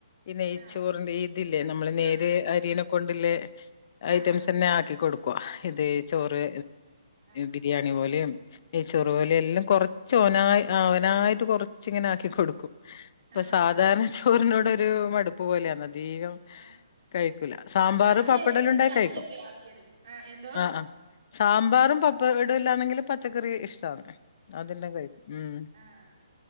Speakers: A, on the left (about 50°); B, on the right (about 60°).
A: പിന്നെ നെയ്‌ച്ചോറിന്റെ
B: ആ
A: ഇതില്ലേ നമ്മള് നേരിയ
B: ഹ
A: അരീനെ
B: ആ ഹ
A: കൊണ്ടില്ലേ
B: ആഹാ.
A: ഐറ്റംസ് തന്നെ ആക്കി കൊടു ഇത് ചോറ്
B: ആഹാ. ആ.
A: ബിരിയാണി പോലെയും നെയ്ചോറ്
B: ആ.
A: പോലെയും എല്ലാം കൊറ ച്ച് ഓനായി അവനായിട്ട് കൊറച്ച് ഇങ്ങനെ ആക്കി കൊടുക്കും അപ്പൊ
B: ആഹാ.
A: സാധാരണ ചോറിനോട് ഒരു മടുപ്പ് പോലെയാണ് അധികം
B: ആ.
A: കഴിക്കൂല സാമ്പാറ്
B: ആ ഞാന്
A: പപ്പടം
B: എടക്ക്
A: എല്ലാം ഉണ്ടേൽ
B: ഫ്രൈ
A: കഴിക്കും
B: ഒക്കെ ആക്കിയെടുക്കും. ആ എന്തോ?
A: ആഹ് ആഹ് സാമ്പാറും പപ്പടവും എല്ലാണെങ്കിലും പച്ചക്കറി ഇഷ്ടാണ് അതെല്ലാം കഴിക്കും ഉം
B: ആഹ്